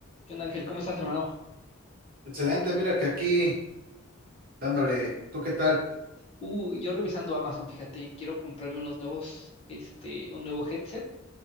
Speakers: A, on the left; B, on the right.
A: ¿Qué onda, Ángel? ¿Cómo estás, hermano?
B: Excelente, mira que aquí dándole, ¿tú qué tal?
A: Uy, yo revisando Amazon, fíjate, quiero comprarme unos nuevos, este, un nuevo headset,